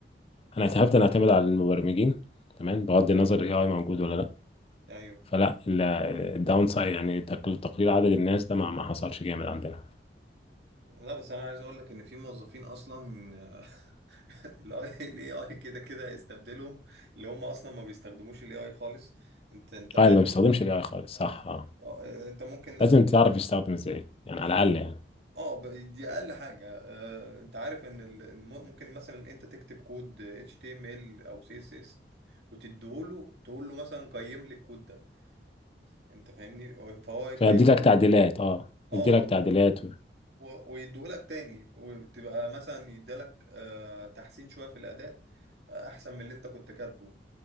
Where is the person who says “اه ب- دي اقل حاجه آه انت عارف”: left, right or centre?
Right